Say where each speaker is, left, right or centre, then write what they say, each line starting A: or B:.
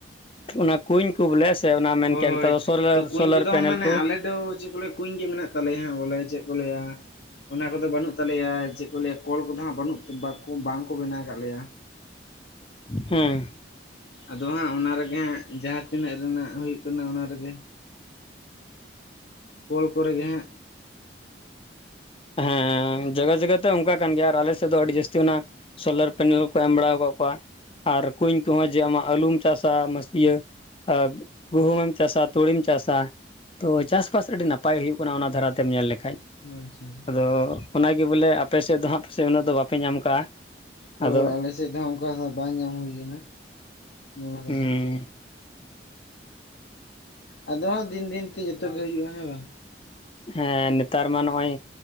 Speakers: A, on the left; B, on the left.
A: ᱚᱱᱟ ᱠᱩᱧ ᱠᱚ ᱵᱚᱞᱮ ᱥᱮ ᱚᱱᱟ ᱢᱮᱱᱠᱮᱭᱟ
B: ᱦᱳᱭ ᱦᱳᱭ
A: ᱱᱮᱛᱟᱨ ᱫᱚ ᱥᱳᱞᱟᱨ
B: ᱛᱚ ᱠᱩᱧ
A: ᱥᱳᱞᱟᱨ
B: ᱠᱚᱫᱚ
A: ᱯᱮᱱᱮᱞ
B: ᱢᱟᱱᱮ
A: ᱠᱚ?
B: ᱟᱞᱮ ᱫᱚ ᱪᱮᱫ ᱠᱚ ᱞᱟᱹᱭ? ᱠᱩᱧ ᱜᱮ ᱢᱮᱱᱟᱜ ᱛᱟᱞᱮᱭᱟ ᱦᱟᱸᱜ ᱵᱚᱞᱮ ᱪᱮᱫ ᱠᱚ ᱞᱟᱹᱭᱟ? ᱚᱱᱟ ᱠᱚᱫᱚ ᱵᱟᱹᱱᱩᱜ ᱛᱟᱞᱮᱭᱟ ᱪᱮᱫ ᱠᱚ ᱞᱟᱹᱭᱟ ᱠᱚᱞ ᱠᱚᱫᱚ ᱦᱟᱸᱜ ᱵᱟᱹᱱᱩᱜ ᱵᱟᱠᱚ ᱵᱟᱝᱠᱚ ᱵᱮᱱᱟᱣ ᱟᱠᱟᱫ ᱞᱮᱭᱟ᱾
A: ᱦᱮᱸ᱾
B: ᱟᱫᱚ ᱦᱟᱸᱜ ᱚᱱᱟ ᱨᱮᱜᱮ ᱦᱟᱸᱜ ᱡᱟᱦᱟᱸ ᱛᱤᱱᱟᱹᱜ ᱨᱮᱱᱟᱜ ᱦᱩᱭᱩᱜ ᱠᱟᱱᱟ ᱚᱱᱟ ᱨᱮᱜᱮ᱾ ᱠᱚᱞ ᱠᱚᱨᱮ ᱜᱮ ᱦᱟᱸᱜ᱾
A: ᱦᱮᱸ ᱡᱟᱭᱜᱟ ᱡᱟᱭᱜᱟ ᱛᱮ ᱚᱱᱠᱟᱜ ᱠᱟᱱ ᱜᱮᱭᱟ ᱟᱨ ᱟᱞᱮ ᱥᱮᱫ ᱫᱚ ᱟᱹᱰᱤ ᱡᱟᱹᱥᱛᱤ ᱚᱱᱟ ᱥᱳᱞᱟᱨ ᱯᱮᱱᱮᱞ ᱠᱚ ᱮᱢ ᱵᱟᱲᱟᱟᱣ ᱟᱠᱟᱫ ᱠᱚᱣᱟ᱾ ᱟᱨ ᱠᱩᱧ ᱠᱚᱦᱚᱸ ᱡᱮ ᱟᱢᱟᱜ ᱟᱹᱞᱩᱢ ᱪᱟᱥᱟ ᱢᱟᱥ ᱤᱭᱟᱹ ᱟ ᱜᱩᱦᱩᱢ ᱮᱢ ᱪᱟᱥᱟ ᱛᱩᱲᱤᱢ ᱪᱟᱥᱟ᱾ ᱛᱚ ᱪᱟᱥ ᱵᱟᱥ ᱟᱹᱰᱤ ᱱᱟᱯᱟᱭ ᱦᱩᱭᱩᱜ ᱠᱟᱱᱟ ᱚᱱᱟ ᱫᱷᱟᱨᱟ ᱛᱮᱢ ᱧᱮᱞ ᱞᱮᱠᱷᱟᱡ᱾
B: ᱚ ᱟᱪᱷᱟ ᱟᱪᱷᱟ᱾
A: ᱟᱫᱚ ᱚᱱᱟ ᱜᱮ ᱵᱚᱞᱮ ᱟᱯᱮ ᱥᱮᱫ ᱫᱚ ᱦᱟᱸᱜ ᱯᱟᱥᱮᱡ ᱩᱱᱟᱹᱜ ᱫᱚ ᱵᱟᱯᱮ ᱧᱟᱢ ᱠᱟᱜᱼᱟ᱾
B: ᱦᱳᱭ
A: ᱟᱫᱚ
B: ᱦᱳᱭ ᱟᱞᱮ ᱥᱮᱫ ᱫᱚ ᱚᱱᱠᱟ ᱫᱚ ᱵᱟᱝ ᱧᱟᱢ ᱦᱩᱭᱩ ᱟᱠᱟᱱᱟ, ᱱᱚᱣᱟ ᱠᱚᱫᱚ᱾
A: ᱦᱩᱸ
B: ᱟᱫᱚ ᱦᱟᱸᱜ ᱫᱤᱱ ᱫᱤᱱ ᱛᱮ ᱡᱚᱛᱚᱜ ᱜᱮ ᱦᱩᱭᱩᱜᱼᱟ, ᱦᱮᱸ ᱵᱟᱝ?
A: ᱦᱮᱸ ᱱᱮᱛᱟᱨ ᱢᱟ ᱱᱚᱜᱼᱚᱭ